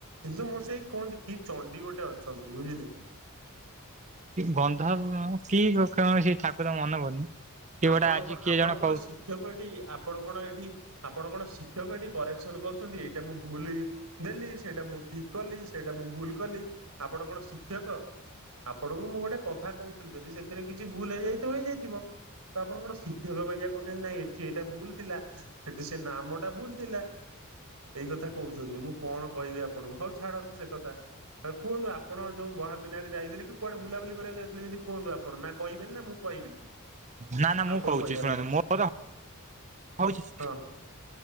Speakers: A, on the right (about 85°); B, on the right (about 35°).
A: କିନ୍ତୁ ମୁଁ ସେଇ କୁହନ୍ତି କି ଚଣ୍ଡି ଗୋଟେ ଅଛନ୍ତି ବୁଝିଲେ।
B: ଗନ୍ଧ କି କଣ ସେ ଠାକୁର ମନେପଡୁନି। କିଏ
A: ଆପଣ
B: ଗୋଟେ ଆଜି
A: କଣ
B: କିଏ
A: ଆପଣ
B: ଜଣେ
A: କଣ
B: କହୁ।
A: ଶିକ୍ଷକ ଏଠି ଆପଣ କଣ ଏଠି ଆପଣ କଣ ଶିକ୍ଷକ ଏଠି କରେକ୍ସନ କରୁଛନ୍ତି। ଏଇଟା ମୁଁ ଭୁଲ୍ ଦେଲି ସେଇଟା ମୁଁ ଠିକ୍ କଲି ସେଇଟା ମୁଁ ଭୁଲ୍ କଲି ଆପଣ କଣ ଶିକ୍ଷକ? ଆପଣଙ୍କୁ ମୁଁ ଗୋଟେ କଥା କହୁଥିଲି ଯଦି ସେଥିରେ କିଛି ଭୁଲ୍ ହେଇଯାଇଥିବ ହେଇଯାଇଥିବ। ତ ଆପଣ କଣ ଶିକ୍ଷକ ପାଇଆ କହୁଛନ୍ତି ନାଇଁ ଏଠି ଏଇଟା ଭୁଲ ଥିଲା ସେଠି ସେ ନାମଟା ଭୁଲ ଥିଲା। ଏଇ କଥା କହୁଛନ୍ତି ମୁଁ କଣ କହିବି ଆପଣଙ୍କୁ ହୋଉ ଛାଡନ୍ତୁ ସେ କଥା। ହଁ କୁହନ୍ତୁ ଆପଣ ଯୋଉ ମହାବିନାକ ଯାଇଥିଲେ କି କୁଆଡେ ବୁଲାବୁଲି କରିବାକୁ ଯାଇଥିଲେ ଯଦି କୁହନ୍ତୁ ଆପଣ କହିବେ ନି ନା ମୁଁ କହିବି।
B: ନା ନା
A: ଆଉ
B: ମୁଁ
A: କଣ
B: କହୁଛି
A: କହିବା
B: ଶୁଣନ୍ତୁ
A: କଥା
B: ମୋର ହୋଉଚି
A: ହଁ